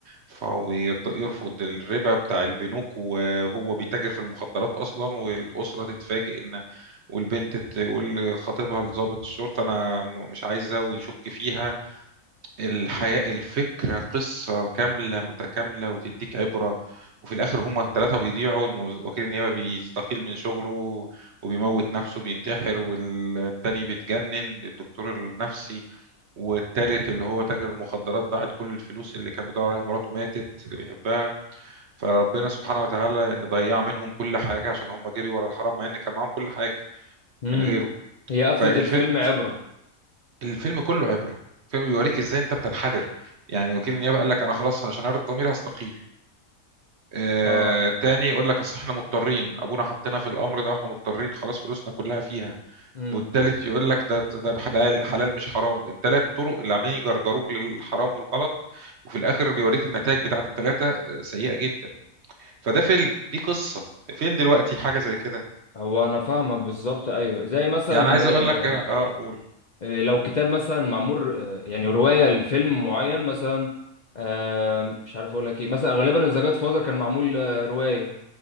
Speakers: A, on the right; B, on the left.
A: فهو يرض- يرفض الربا بتاع البنوك وهو بيتاجر في المخدرات أصلا والأسرة تتفاجئ إن والبنت تقول لخطيبها لضابط الشرطة أنا م- مش عايزة ويشك فيها الحياة الفكرة قصة كاملة متكاملة وتديك عبرة وفي الآخر هما الثلاثة بيضيعوا والمو- وكيل النيابة بيستقيل من شغله وبيموت نفسه بينتحر والتاني بيتجنن الدكتور النفسي والتالت اللي هو تاجر المخدرات ضاعت كل الفلوس اللي كان بيدور عليها مراته ماتت اللي بيحبها فربنا سبحانه وتعالى ان ضيع منهم كل حاجة عشان هم جري ورا الحرام مع ان كان معاهم كل حاجة
B: امم
A: من غيره
B: هي قفلة
A: فالف...
B: الفيلم عبرة
A: الفيلم كله عبره الفيلم بيوريك ازاي انت بتنحدر يعني وكيل النيابه قال لك انا خلاص عشان ارضي ضميري هستقيل آه
B: اه
A: تاني يقول لك اصل احنا مضطرين ابونا حطينا في الامر ده واحنا مضطرين خلاص فلوسنا كلها فيها
B: امم
A: والتالت يقول لك ده ده حلال حلال مش حرام التلات طرق اللي عمالين يجرجروك للحرام والغلط وفي الاخر بيوريك النتائج بتاعت التلاته آه، سيئه جدا فده فيلم دي قصه فين دلوقتي حاجه زي كده
B: هو انا فاهمك بالظبط ايوه زي مثلا
A: يعني عايز
B: آه،
A: اقول لك انا اه قول
B: آه، لو كتاب مثلا معمول آه، يعني رواية لفيلم معين مثلا آه، مش عارف اقول لك ايه مثلا غالبا ذا جاد فازر كان معمول آه، رواية